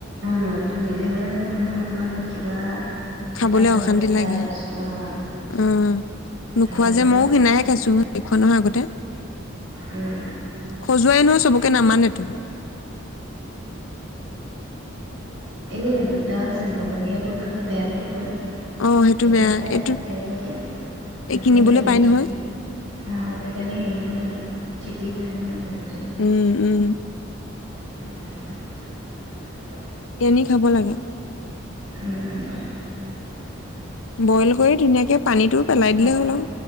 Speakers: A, on the right (about 75°); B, on the left (about 80°).
A: মানুহটো নিজে বনালে, মোৰো অকমান কিবা
B: খাবলে
A: এটা ধৰণত
B: অশান্তি
A: পাই
B: লাগে।
A: আছোঁ অঁ
B: উম্‌-নোখোৱা
A: সেইটো
B: যে
A: কাৰণে
B: ময়ো সিনায়ে খাইছোঁ। নাই খোৱা নহয় আগতে!
A: উম।
B: খজুৱাই নহয় চবকে নামানেতো।
A: এনেই দুটা আছে, বনৰীয়াটো খালে বেয়া বুলি কয়।
B: অ সেইটো
A: এইটো
B: বেয়া
A: মানে আজিকালি-আজিকালি
B: এইটো এই কিনিবলৈ
A: হেই
B: পাই নহয়
A: হা আজিকালি হেই খেতি কৰে নহয় বহুত।
B: উম্‌-, উম্‌।
A: <unintelligible>
B: পিয়নী খাব লাগে।
A: উম্‌।
B: বইল কৰি ধুনীয়াকে পানীটো পেলাই
A: খোৱা
B: দিলে হ'ল আও।